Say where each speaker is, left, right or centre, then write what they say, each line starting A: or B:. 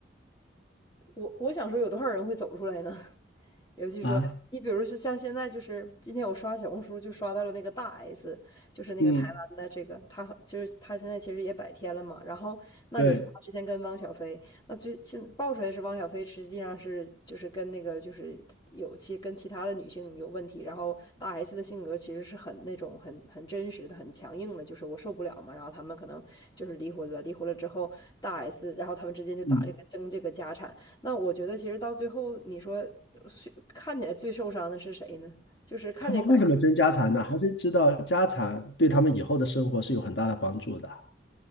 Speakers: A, on the left; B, on the left.
A: 我我想说，有多少人会走出来呢？尤其说，
B: 啊，
A: 你比如说像现在，就是今天我刷小红书就刷到了那个大 S，就是那个台湾的这个，
B: 嗯，
A: 她和就是她现在其实也百天了嘛。然后那你说她之前跟汪小菲，
B: 对，
A: 那最现爆出来是汪小菲实际上是就是跟那个就是她有其跟其他的女性有问题，然后大 S 的性格其实是很那种很很真实的、很强硬的，就是我受不了嘛。然后他们可能就是离婚了，离婚了之后大 S，然后他们之间就打这个争这个家产。
B: 嗯，
A: 那我觉得其实到最后，你说呃是看起来最受伤的是谁呢？就是看见感
B: 他们为什么争家产呢？还是知道家产对他们以后的生活是有很大的帮助的。